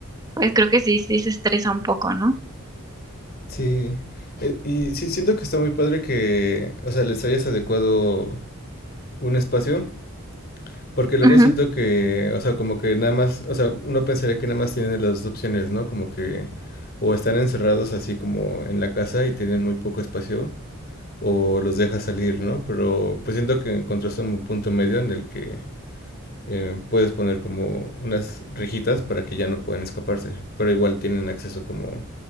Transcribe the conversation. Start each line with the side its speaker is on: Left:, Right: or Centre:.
Right: pues creo que sí, sí se estresa un poco, ¿no?
Left: Sí. Eh, y sí, siento que está muy padre que, o sea, les hayas adecuado un espacio Porque luego
Right: Ujú.
Left: siento que, o sea, como que nada más, o sea, uno pensaría que nada más tienen las dos opciones, ¿no? Como que o están encerrados así como en la casa y tienen muy poco espacio, o los dejas salir, ¿no? Pero pues siento que encontraste un punto medio en el que eh, puedes poner como unas rejitas para que ya no puedan escaparse, pero igual tienen acceso como